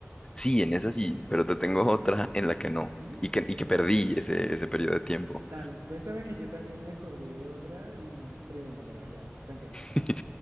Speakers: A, on the left; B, on the right.
A: Sí, en esa sí, pero te tengo <laughs> otra en la que no,
B: ¿Sí?
A: y que, y que perdí ese, ese periodo de tiempo.
B: Dale, cuéntame que yo también me acordé de otra y es tremenda, pero ya, cuéntame.
A: <laughs>